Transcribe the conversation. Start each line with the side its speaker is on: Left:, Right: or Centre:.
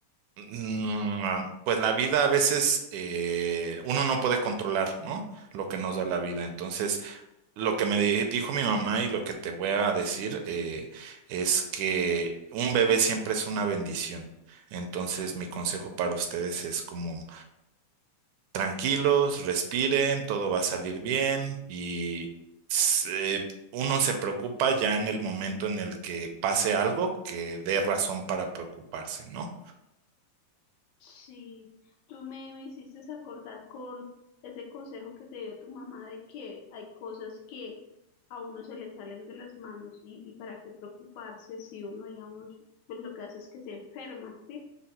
Right: mm, pues la vida a veces eh, uno no puede controlar, ¿no? Lo que nos da la vida, entonces lo que me di- dijo mi mamá y lo que te voy a decir eh, es que un bebé siempre es una bendición. Entonces, mi consejo para ustedes es como tranquilos, respiren, todo va a salir bien y se- uno se preocupa ya en el momento en el que pase algo que dé razón para preocuparse, ¿no?
Left: Sí, tú me, me hiciste acordar con ese consejo que te dio tu mamá de que hay cosas que a uno se le salen de las manos y, y para qué preocuparse si uno, digamos, pues lo que hace es que se enferma, ¿sí?